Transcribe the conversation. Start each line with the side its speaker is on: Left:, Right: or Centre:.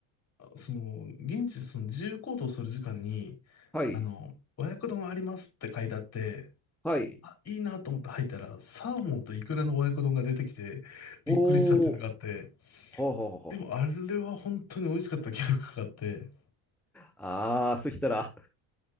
Left: その、現地でその自由行動する時間に、
Centre: はい、
Left: あの、和訳丼ありますって書いてあって、
Centre: はい。
Left: あ、いいなと思って入ったら、サーモンとイクラの和訳丼が出てきて、びっくりしたっていうのがあって、
Centre: おお、ほうほうほうほう。
Left: でもあれは本当に美味しかった記憶があって、
Centre: ああ、そしたら、